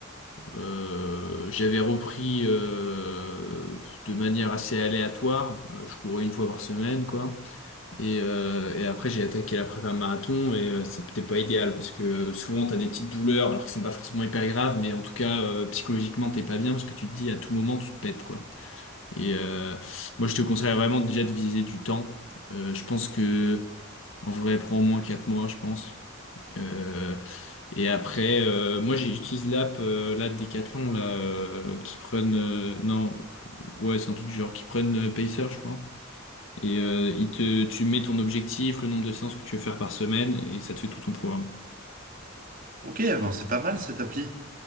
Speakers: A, on the left; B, on the right.
A: euh, j'avais repris euh, de manière assez aléatoire. Euh, Je courais une fois par semaine, quoi. Et, euh, et après, j'ai attaqué la prépa marathon et euh, c'est peut-être pas idéal parce que euh, souvent t'as des petites douleurs alors qu'ils sont pas forcément hyper graves, mais en tout cas, euh, psychologiquement, t'es pas bien parce que tu te dis à tout moment, tu te pètes quoi. Et euh, moi, je te conseillerais vraiment déjà de viser du temps. Euh, je pense que en vrai, prend au moins 4 mois, je pense. Euh, et après, euh, moi, j'ai- j'utilise l'app euh, là de Decathlon là, euh, qui prennent. euh, non, ouais, c'est un truc du genre qui prennent euh, Pacer, je crois. Et euh, il te, tu mets ton objectif, le nombre de séances que tu veux faire par semaine, et ça te fait tout ton programme.
B: Ok, ben c'est pas mal cette appli.